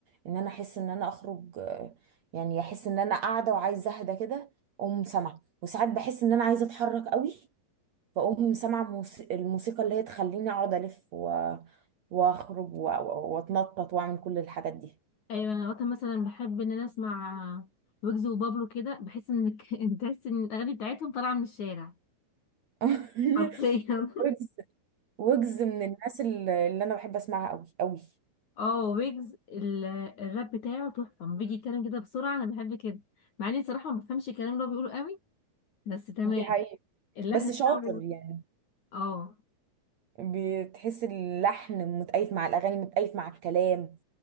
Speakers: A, on the right; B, on the left.
A: ان انا احس ان انا اخرج آه، يعني احس ان انا قاعده وعايزه اهدى كده اقوم سامعه وساعات بحس ان انا عايزه اتحرك قوي فاقوم سامعه موس- الموسيقى اللي هي تخليني اقعد الف و... واخرج و... و- واتنطط واعمل كل الحاجات دي
B: ايوه انا وقتها مثلا بحب ان انا اسمع ويجز وبابلو كده بحس انك انت <laughs> تحس ان الاغاني بتاعتهم طالعه من الشارع
A: <laughs>
B: حرفيا
A: وجز وجز من الناس اللي اللي انا بحب اسمعها قوي قوي
B: اه ويجز ال- الراب بتاعه تحفه لما بيجي يتكلم كده بسرعه انا بحب كده مع اني صراحه ما بفهمش الكلام اللي هو بيقوله قوي بس تمام
A: دي حقيقة
B: اللحن
A: بس
B: بتاعه
A: شاطر يعني
B: اه
A: بتحس اللحن متأيت مع الأغاني متأيت مع الكلام